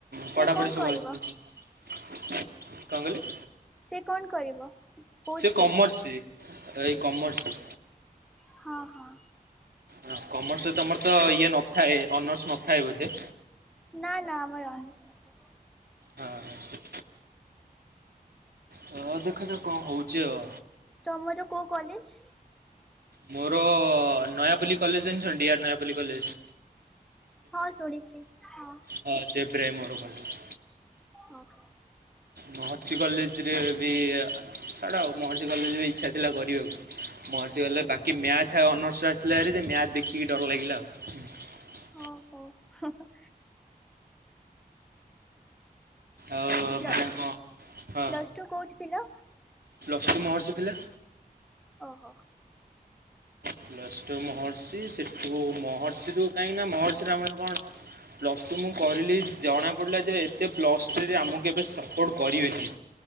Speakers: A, in the centre; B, on the right (about 75°).
A: ସେ
B: ପଢାପଢି
A: କଣ
B: ସବୁ
A: କରିବ
B: ଭଲ ଚାଲିଚି? କଣ କହିଲେ?
A: ସେ କଣ କରିବ କୋଉ
B: ସେ
A: ଷ୍ଟ୍ରିମ୍
B: କମର୍ସ ସି। ଏଇ କମର୍ସ
A: ହଁ-ହଁ।
B: ହଁ କମର୍ସରେ ତମର ତ ଇଏ ନଥାଏ ଅନର୍ସ ନଥାଏ ବୋଧେ?
A: ନା ନା ଆମର ଅନର୍ସ ନ ଥାଏ।
B: ହଁ ହଁ ଦେଖା ଯାଉ କଣ ହଉଚି ଆଉ।
A: ତମର କୋଉ କଲେଜ୍?
B: ମୋରଅ ନୟାପଲ୍ଲୀ କଲେଜ୍ ଜାଣିଚ ଡି ଆର ନୟାପଲ୍ଲୀ କଲେଜ୍?
A: ହଁ ଶୁଣିଚି ହଁ।
B: ହଁ ଜେବ୍ରାହିମ୍ ମୋର କଲେଜ୍।
A: ହଁ ହଁ।
B: ମହର୍ଷି କଲେଜ୍ ରେ ବି ଆଡେ ଆଉ ମହର୍ଷି କଲେଜ୍ ବି ଇଚ୍ଛା ଥିଲା କରିବାକୁ। ମହର୍ଷି ଗଲେ ବାକି ମ୍ୟାଥ ଆଉ ଅନର୍ସ ଆସିଲା ହାରି ଯେ ମ୍ୟାଥ ଦେଖିକି ଡର ଲାଗିଲା ଆଉ। ହୁଁ।
A: ଓ ହୋ ହଁ ହଁ।
B: ଆଉ
A: ପ୍ଲ
B: ମନେ କଣ ହଁ।
A: ପ୍ଲସ୍ ଟୁ କୋଉଠି ଥିଲା?
B: ପ୍ଲଷ୍ଟୁ ମହର୍ଷି ଥିଲା?
A: ଓ ହୋ।
B: ପ୍ଲଷ୍ଟୁ ମହର୍ଷି ସେଠୁ ମହର୍ଷି ରୁ କାହିଁକି ନା ମହର୍ଷି ର ଆମର କଣ ପ୍ଲସ୍ ଟୁ ମୁଁ କରିଲି ଜଣା ପଡ଼ିଲା ଯେ ଏତେ ପ୍ଲସ ଥ୍ରି ରେ ଆମକୁ ଏବେ ସପୋର୍ଟ କରିବେନି।